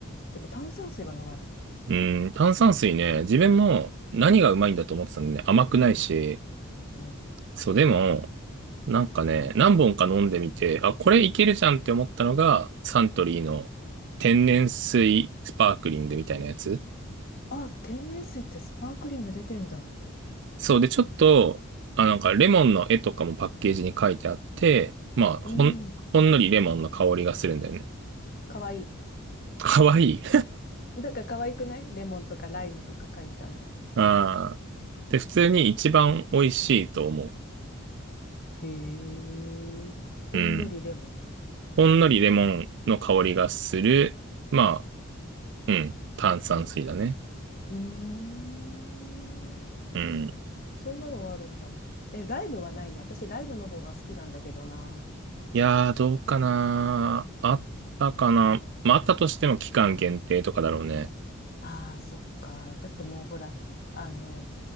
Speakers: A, on the left; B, on the right.
A: でも炭酸水が飲まない。
B: うん。炭酸水ね、自分も何がうまいんだと思ってたんでね、甘くないし、
A: うん。
B: そう、でも、なんかね、何本か飲んでみて、あ、これいけるじゃんって思ったのが、サントリーの天然水スパークリングみたいなやつ。
A: あ、天然水ってスパークリング出てんだ。
B: そうで、ちょっと、あ、なんかレモンの絵とかもパッケージに書いてあって、まあ、ほん、
A: うん。
B: ほんのりレモンの香りがするんだよね。
A: かわいい。
B: <laughs> かわいい。
A: なんか可愛くないレモンとかライムとか書いてあるの。
B: <laughs> ああ。で、普通に一番美味しいと思
A: へえ、ほんのりレモ
B: う。うん。ほんのりレモンの香りがする。まあ、うん。炭酸水だね。
A: ン。うーん。
B: うん。
A: そんなのがあるんだ。え、ライムはないな。私、ライムの方が好きなんだけどな。
B: いやー、どうかなあったかなまあ、あったとしても期間限定とかだろうね。
A: ああ、そっか。だってもうほら、あの、